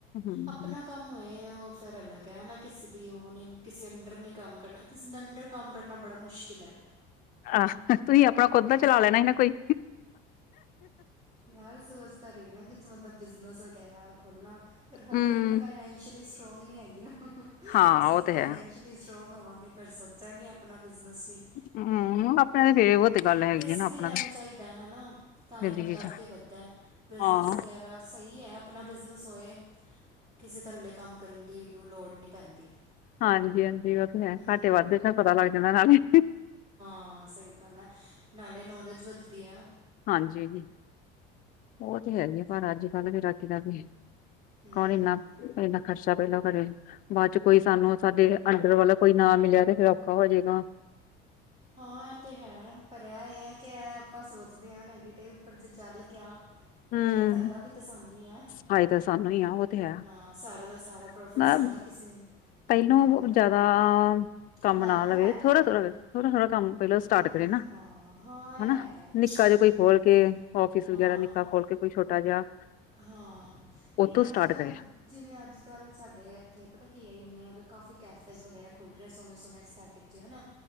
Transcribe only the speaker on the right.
ਅਪਣਾ ਕੰਮ ਹੋਏ ਉਹ ਫੇਰ ਅਲੱਗ ਐ ਹੈਨਾ, ਕਿਸੇ ਦੀ ਉਹ ਨੀ, ਕਿਸੇ ਅੰਡਰ ਨੀ ਕੰਮ ਕਰਨਾ, ਕਿਸੇ ਦੇ ਅੰਡਰ ਕੰਮ ਕਰਨਾ ਬੜਾ ਮੁਸ਼ਕਿਲ ਐ।
ਯਾਰ ਸੋਚ ਤਾਂ ਰਈ ਆ ਕੁਛ ਮਤਲਬ ਬਿਜਨਸ ਵਗੈਰਾ ਖੋੱਲਾਂ, ਪਰ ਹਲੇ
ਇੰਨੀ ਫਾਈਨੈਂਸ਼ਅਲੀ ਸ ਸਟਰੋਂਗ ਨੀ ਹੈਗੀ ਨਾ,
ਜਦੋਂ
ਫਾਈਨੈਂਸ਼ਅਲੀ
ਸਟਰੋਂਗ ਹੋਵਾਂਗੇ ਫਿਰ ਸੋਚਾਂਗੇ ਅਪ ਪਣਾ ਬਿਜ਼ਨਸ ਵੀ
ਹਮ,
ਰਿਸਕ
ਵੀ
ਲੈਣਾ
ਚਾਈਦਾ ਹੈਨਾ, ਤਾਂ
ਈ ਬੰਦਾ ਅੱਗੇ
ਵੱਧਦਾ, ਬਿਜਨਸ
ਵਗੈਰਾ ਸਈ ਐ, ਅਪਣਾ ਬਿਜ਼ਨਸ ਹੋਏ ਕਿਸੇ ਥੱਲੇ ਕੰਮ ਕਰਨ ਦੀ ਉਹ ਲੋੜ ਨੀ ਪੈਂਦੀ।
ਹਮ
ਹਾਂ, ਸਈ ਗੱਲ ਐ, ਨਾਲੇ ਨੌਲੇਜ ਵੱਧਦੀ ਐ।
ਹਮ
ਹਾਂ ਇਹ ਤਾਂ ਹੈ, ਪਰ ਇਹ ਇਹ ਹੈ ਕਿ ਇਹ ਆਪਾਂ ਸੋਚਦੇ ਆ ਨੈਗੇਟਿਵ ਪਰ ਜੇ ਚੱਲ ਗਿਆ।
ਫੇਰ ਫਾਇਦਾ ਵੀ ਤਾਂ ਸਾਨੂੰ ਹੀ ਐ
ਹਾਂ, ਸਾਰਾ ਦਾ ਸਾਰਾ ਪ੍ਰੋਫਿਟ
ਸਾਨੂੰ ਕਿਸੇ
ਹਾਂ
ਲਾਣਾ
ਤਾਂ
ਪੈਂਦਾ
ਹੈ
ਪਹਿਲੇ
ਹਾਂ ਹਾਂ ਇਹ
ਹੈਗਾ
ਹੂੰ
ਹਾਂ
ਹਾਂ
ਨਹੀਂ
ਅੱਜ ਕੱਲ੍ਹ
ਜਿਵੇਂ ਅੱਜ ਕੱਲ੍ਹ ਸਾਡੇ ਇੱਥੇ ਪਤਾ ਕੀ ਆ ਯਮਨਾ ਨਗਰ ਕਾਫੀ ਕੈਫੇਜ਼ ਵਗੈਰਾ ਖੁੱਲ੍ਹ ਰਿਹਾ ਸੋਹਣੇ ਸੋਹਣੇ ਇਸ ਤ <unintelligible> ਹਨਾ।